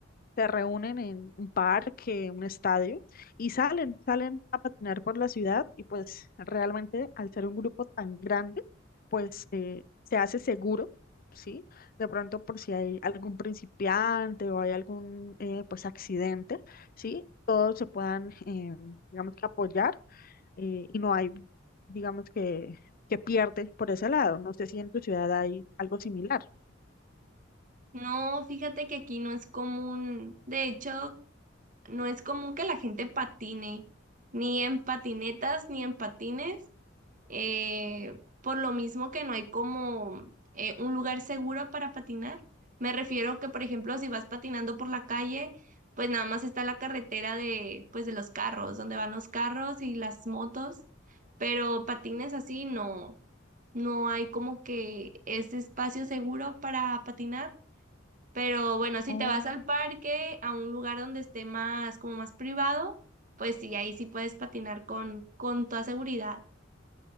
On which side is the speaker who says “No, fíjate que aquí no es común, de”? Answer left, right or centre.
Right